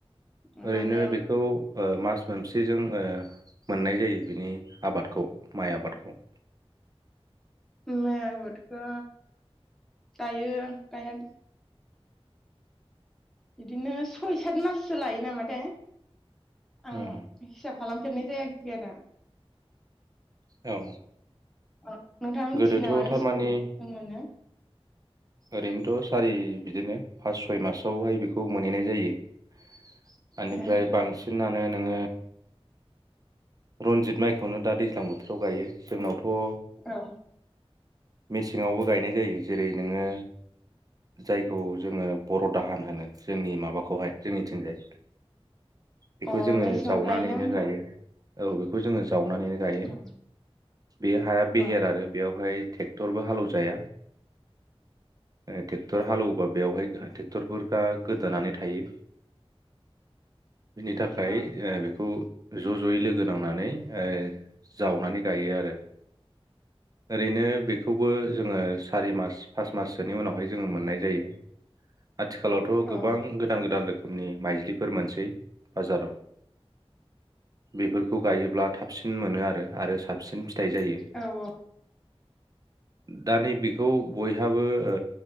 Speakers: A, in the centre; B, on the right.
A: माने
B: ओरैनो बेखौ ओ मास मोनफेजों मोननाय जायो बिनि आबादखौ माइ आबादखौ
A: माइ आबादखौ दायो गायनानै बिदिनो सय सात माससो लायो नामा थाय आं
B: औ
A: हिसाब खालामफेरनाय जायाखै आरो
B: औ
A: अ नोंथाङा मिथियो
B: गोदोथ'
A: नामा बेसे
B: थारमानि
A: गोबाव जों मोनो
B: ओरैनोथ सारि बिदिनो फास सय मासावहाय बेखौ मोनहैनाय जायो। ओनिफ्राय
A: ए
B: नोङो रनजित माइखौनो दा दैज्लां बोथोराव गायो जोंनावथ अ
A: औ
B: मेसेङावबो गायनाय जायो जेरै नोङो जायखौ जोङो बर दाहान होनो जोंनि माबाखौहाय जोंनिथिंजाय बेखौ
A: अ
B: जोङो
A: मेसेङावबो
B: जावनानैनो
A: गायोना होमब्ला
B: गायो। औ बेखौ जोङो जावनानैनो गायो
A: अ
B: बे हाया बेहेर
A: अ
B: आरो बेयावहाय टरबो हालेवजाया ओ टेक टर हालवोबा बेयावहाय टेक्टरफोर ओ गोदोनै थायो बिनि थाखाय
A: अ
B: ओ बेखौ ज-जयै लोगो नांनानै ओय जावनानै गायो आरो ओरैनो बेख बो जोङो सारि मास फास माससोनि उनावहाय जोङो मोननाय जायो आथिखालावथ गोबां
A: अ औ
B: गोदान गोदान रोखोम नि माइलिफोर मोनसै बाजाराव बेफोरखौ गायोब्ला थाबसिन मोनो आरो आरो साबसिन फि - थाइ जायो।
A: औ
B: दा नैबेखौ बयहाबो ओ